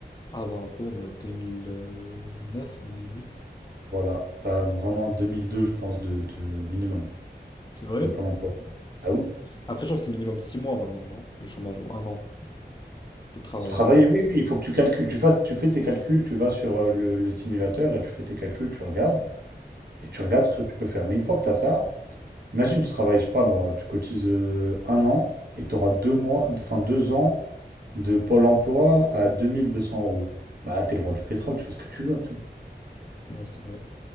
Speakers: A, on the left; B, on the right.
A: Ah, avant impôt, on est à 2009, 2008.
B: Voilà. T'as vraiment 2002, je pense, de, de minimum
A: C'est vrai?
B: de Pôle emploi. Mhm. Ah oui.
A: Après, je crois que c'est minimum 6 mois maintenant, non? Le chômage, ou un an de travail.
B: Pour travailler, oui, oui, il faut que tu calcules. Tu fasses, tu fais tes calculs, tu vas sur euh, le, le simulateur et tu fais tes calculs, tu regardes et tu regardes ce que tu peux faire. Mais une fois que tu as ça, imagine, tu travailles, je sais pas moi, tu cotises euh, un an et tu auras deux mois, enfin deux ans de Pôle emploi à 2200 euros. Bah, là, t'es le roi du pétrole, tu fais ce que tu veux après.
A: Ouais, c'est vrai.